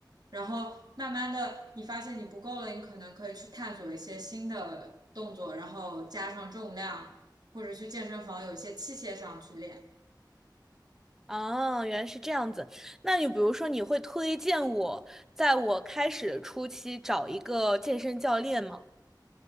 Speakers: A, on the right; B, in the centre.
A: 然后慢慢的，你发现你不够了，你可能可以去探索一些新的动作，然后加上重量，或者去健身房有一些器械上去练。
B: 哦，原来是这样子。那你比如说，你会推荐我在我开始的初期找一个健身教练吗？